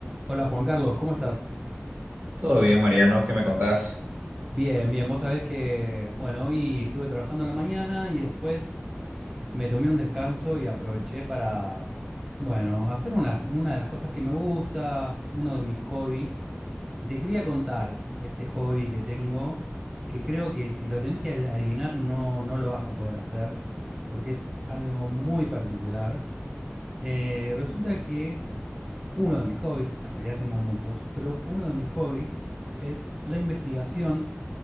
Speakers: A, on the right (about 20°); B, on the right (about 55°).
A: Hola Juan Carlos, ¿cómo estás?
B: Todo bien, Mariano, ¿qué me contás?
A: Bien, bien, vos sabés que, bueno, hoy estuve trabajando en la mañana y después me tomé un descanso y aproveché para, bueno, hacer una, una de las cosas que me gusta, uno de mis hobbies. Y te quería contar este hobby que tengo, que creo que si lo tenés que adivinar no, no lo vas a poder hacer, porque es algo muy particular. Eh, resulta que Uno de mis hobbies, en realidad tengo muchos, pero uno de mis hobbies es la investigación